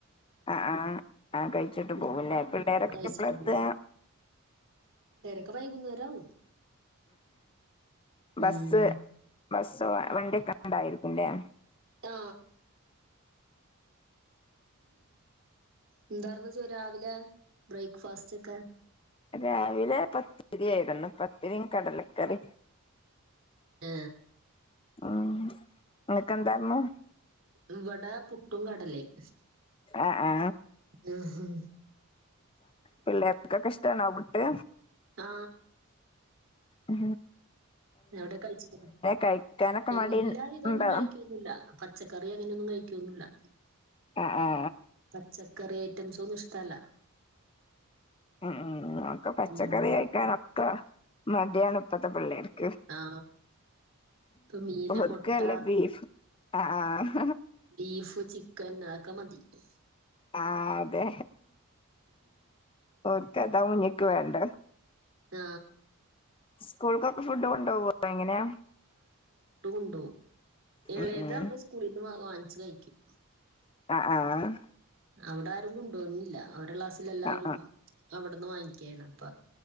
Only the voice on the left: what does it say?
അ ആ ആ അ കഴിച്ചിട്ട്
പോവല്ലെ പിള്ളേരൊക്കെ
എപ്പളാ എത്തുക?
ബസ്
ബസ് സോ വണ്ടിയൊക്കെ ഉണ്ടായിരിക്കും ല്ലേ?
രാവിലെ പത്തിരിയായിരുന്നു പത്തിരിയും കടലക്കറിയും.
ആ നിനക്ക് എന്താർന്നു?
ആ ആ
പിള്ളേർക്കൊക്കെ ഇഷ്ട്ടാണോ പുട്ട്?
ആ
കഴിക്കാനൊക്കെ
മടി ഉണ്ടോ
ആ ആ
ഉം ഉം അക്കെ പച്ചക്കറി
കഴിക്കാന മടിയാണഇപ്പത്തെപിള്ളേർക്ക
ഓർക്ക്
വല്ല ബീഫ് ആ ആ
ആ അതെ ഓർക്കഥാ മഞ്ഞക്ക് വേണ്ട
സ്കൂൾക്കൊക്കെ ഫുഡ് കൊണ്ടോ എങ്ങനെയാ
ഉം ഉം
ആ ആ
ആഹ് ആഹ്